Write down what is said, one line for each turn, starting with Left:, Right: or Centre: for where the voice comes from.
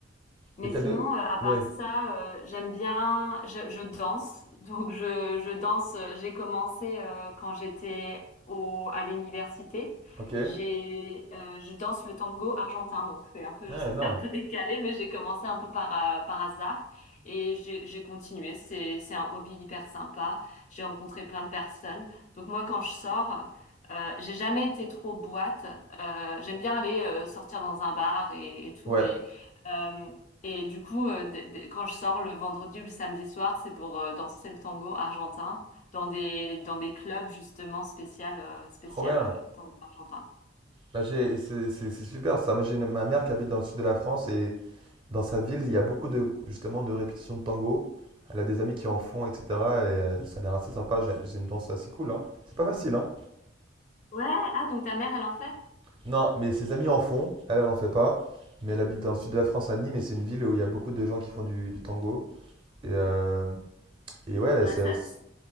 Left: Mais
Right: Et t'as
Left: sinon,
Right: deux...
Left: euh, à part
Right: Ouais,
Left: ça, euh, j'aime bien, je, je danse. Donc, je, je danse. euh, J'ai commencé euh, quand j'étais au, à l'université.
Right: ok.
Left: J'ai, euh, je danse le tango argentin. Donc, c'est un peu,
Right: Ouais,
Left: <laughs> c'est
Right: énorme.
Left: un peu décalé, mais j'ai commencé un peu par, euh, par hasard et j'ai, j'ai continué. C'est, c'est un hobby hyper sympa. J'ai rencontré plein de personnes. Donc, moi, quand je sors, euh, j'ai jamais été trop boîte. Euh, j'aime bien aller euh, sortir dans un bar et, et tout,
Right: Ouais,
Left: mais euh, et du coup, euh, d- d- quand je sors le vendredi ou le samedi soir, c'est pour euh, danser le tango argentin dans des, dans des clubs justement spécial, euh, spécial
Right: trop bien.
Left: euh, tango argentin.
Right: Bah, j'ai- c'est c'est- c'est super ça. Moi, j'ai une- ma mère qui habite dans le sud de la France et dans sa ville, il y a beaucoup de, justement, de répétitions de tango. Elle a des amis qui en font, etc. Et euh, ça a l'air assez sympa. J'ai j'ai une danse assez cool, hein. C'est pas facile, hein.
Left: Ouais, ah donc ta mère, elle en fait?
Right: Non, mais ses amis en font. Elle, elle en fait pas. Mais elle habite dans le sud de la France, à Nîmes, et c'est une ville où il y a beaucoup de gens qui font du, du tango. Et, euh, et ouais,
Left: Ouais,
Right: c'est,
Left: ça, c-